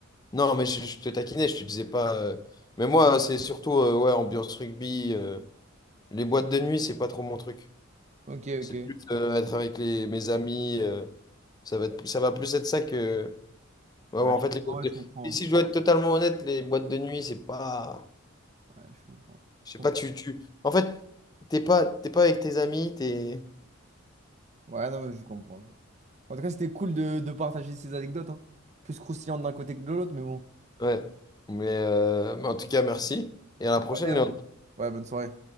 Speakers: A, on the left; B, on the right.
A: non, mais je, je te taquinais, je te disais pas. euh, Mais moi, c'est surtout euh, ouais, ambiance rugby, euh, les boîtes de nuit, c'est pas trop mon truc.
B: Ok,
A: C'est
B: ok.
A: plus euh, être avec les, mes amis. euh, ça va être, ça va plus être ça que. Ouais,
B: Ah,
A: ouais, en
B: je
A: fait,
B: comprends,
A: les boîtes
B: ouais,
A: de-
B: je comprends.
A: Et si je dois être totalement honnête, les boîtes de nuit, c'est pas.
B: Ouais, je comprends.
A: Je sais
B: Je
A: pas,
B: comprends.
A: tu, tu. En fait, t'es pas, t'es pas avec tes amis, t'es.
B: Ouais, non, mais je comprends. je comprends. En tout cas, c'était cool de, de partager ces anecdotes, hein. Plus croustillantes d'un côté que de l'autre, mais bon.
A: Ouais. Mais, euh, mais en tout cas, merci. Et à la prochaine,
B: Allez, hein.
A: Léon.
B: Ouais, bonne soirée.